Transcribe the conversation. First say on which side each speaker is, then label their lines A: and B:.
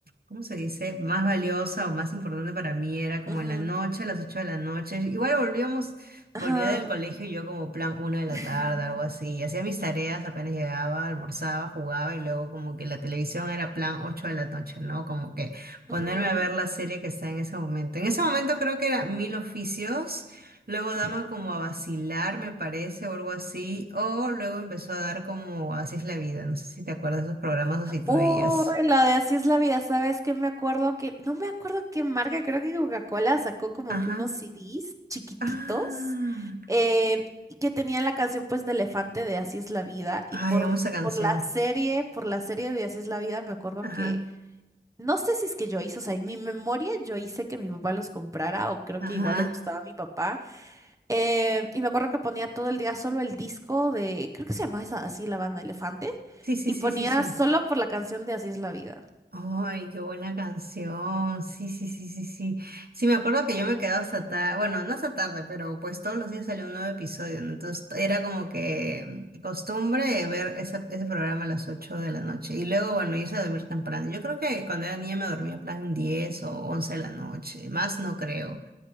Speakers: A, on the right; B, on the right.
A: ¿cómo se dice? Más valiosa o más importante para mí era como
B: Ujú.
A: en la noche, a las 8 de la noche. Igual volvíamos,
B: Ajá.
A: volvía del colegio y yo como plan una de la
B: <laughs>
A: tarde, algo así. Hacía mis tareas, apenas llegaba, almorzaba, jugaba y luego como que la televisión era plan 8 de la noche, ¿no? Como que ponerme
B: Ujú,
A: a ver la serie que está en ese momento. En ese momento creo que era Mil Oficios. Luego daba
B: ujú.
A: como a vacilar, me parece, o algo así. O luego empezó a dar como Así es la vida. No sé si te acuerdas de esos programas o si tú
B: Uy,
A: veías.
B: la de Así es la vida, ¿sabes qué? Me acuerdo que, no me acuerdo qué marca, creo que Coca-Cola sacó como
A: Ajá.
B: que unos CDs chiquititos
A: Ah.
B: eh, y que tenían la canción pues de Elefante de Así es la vida y
A: Ay,
B: por,
A: amo esa canción.
B: por la serie, por la serie de Así es la vida me acuerdo
A: Ajá.
B: que, no sé si es que yo hice, o sea, en mi memoria yo hice que mi papá los comprara o creo
A: Ajá.
B: que igual le gustaba a mi papá eh, y me acuerdo que ponía todo el día solo el disco de, creo que se llamaba esa- así la banda Elefante
A: Sí, sí,
B: Y
A: sí,
B: ponía
A: sí, sí.
B: solo por la canción de Así es la vida.
A: Ay, qué buena canción. Sí, sí, sí, sí, sí. Sí, me acuerdo que yo me quedaba hasta tarde, bueno, no hasta tarde, pero pues todos los días salía un nuevo episodio, ¿no? Entonces era como que mm, costumbre ver esa- ese programa a las 8 de la noche y luego, bueno, irse a dormir temprano. Yo creo que cuando era niña me dormía plan 10 o once de la noche, más no creo.